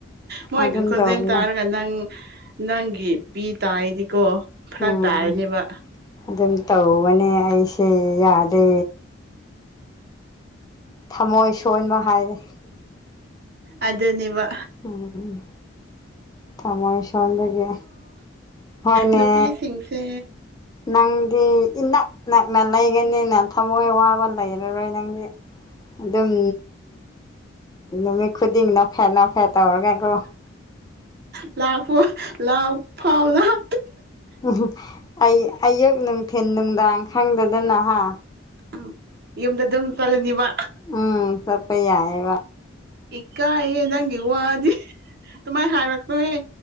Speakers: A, on the right; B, on the left.
A: ꯃꯣꯏꯒꯤ
B: ꯑꯗꯨꯝ
A: ꯈꯖꯦꯜ
B: ꯇꯧꯕꯅꯦ
A: ꯇꯥꯔꯒ ꯅꯪ ꯅꯪꯒꯤ ꯄꯤ ꯇꯥꯔꯤꯗꯤꯀꯣ ꯐꯔꯛ
B: ꯎꯝ
A: ꯇꯥꯔꯅꯦꯕ
B: ꯑꯗꯨꯝ ꯇꯧꯕꯅꯦ ꯑꯩꯁꯦ ꯌꯥꯗꯦ ꯊꯝꯃꯣꯏ ꯁꯣꯏꯕ ꯍꯥꯏꯔꯦ
A: ꯑꯗꯅꯤꯕ
B: ꯎꯝ ꯊꯃꯣꯏ ꯁꯕꯗꯒꯤ ꯍꯣꯏꯅꯦ
A: ꯅꯨꯄꯤꯁꯤꯡꯁꯦ
B: ꯅꯪ ꯗꯤ ꯏꯅꯛ ꯅꯛꯅ ꯂꯩꯒꯅꯤꯅꯪ ꯊꯃꯣꯏ ꯋꯥꯕ ꯂꯩꯔꯔꯣꯏ ꯅꯪꯗꯤ ꯑꯗꯨꯝ ꯅꯨꯃꯤꯠ ꯈꯨꯗꯤꯡ ꯅꯣꯐꯦꯠ ꯅꯣꯐꯦꯠ ꯇꯧꯔꯒꯀꯣ
A: ꯂꯥꯎ ꯐ ꯂꯥꯎ ꯐꯥꯎ ꯂꯥꯎ
B: ꯎ ꯑꯩ ꯑꯌꯨꯛ ꯅꯨꯡꯊꯤꯟ ꯅꯨꯡꯗꯥꯡ ꯈꯪꯗꯗꯅꯍꯥ
A: ꯎ ꯌꯝꯗ ꯑꯗꯨꯝ ꯆꯂꯅꯤꯕ
B: ꯎꯝ ꯁꯄꯩꯌꯥꯑꯕ
A: ꯏꯀꯥꯏꯍꯦ ꯅꯪꯒꯤ ꯋꯥꯗꯤ ꯑꯗꯨꯃꯥꯏꯅ ꯍꯥꯏꯔꯛꯇꯣꯏꯍꯦ